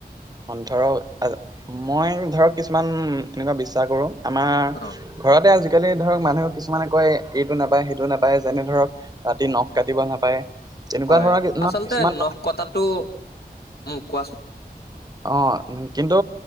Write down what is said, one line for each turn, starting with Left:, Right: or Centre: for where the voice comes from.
Right: ধৰক মই ধৰক কিছুমান এনেকুৱা বিশ্বাস কৰোঁ আমাৰ
Left: অ
Right: ঘৰতে আজিকালি ধৰক মানুহে কিছুমানে কয় এইটো নাপায় সেইটো নাপায় যেনে ধৰক ৰাতি নখ কাটিব নাপায়। তেনেকুৱা
Left: হয়
Right: ধৰণৰ কি-
Left: আচলতে
Right: ন- কিছুমান
Left: নখ কটাটো মোক কোৱাচোন।
Right: অ', কিন্তু